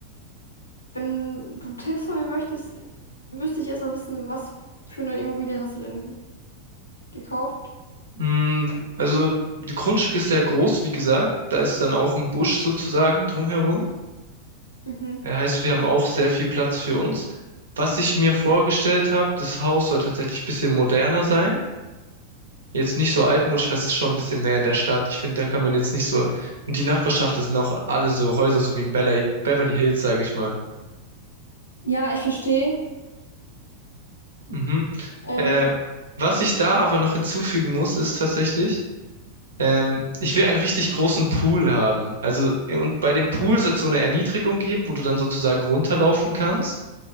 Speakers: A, on the left (about 75°); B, on the right (about 65°).
A: wenn du Tipps von mir möchtest, müsste ich erstmal wissen, was für eine Immobilie hast du denn gekauft?
B: Mm, Also, das Grundstück ist sehr groß, wie gesagt. Da ist dann auch ein Busch sozusagen drumherum.
A: Mhm.
B: Das heißt, wir haben auch sehr viel Platz für uns. Was ich mir vorgestellt habe, das Haus soll tatsächlich ein bisschen moderner sein. Jetzt nicht so altmodisch, weil es ist schon ein bisschen mehr in der Stadt. Ich finde, da kann man jetzt nicht so. Und die Nachbarschaft, das sind auch alle so Häuser, so wie in Bella- Beverly Hills, sage ich mal.
A: Ja, ich verstehe.
B: Mhm.
A: Ähm,
B: Äh, was ich da aber noch hinzufügen muss, ist tatsächlich, Ähm, ich will einen richtig großen Pool haben. Also, äh, und bei dem Pool soll es so eine Erniedrigung geben, wo du dann sozusagen runterlaufen kannst.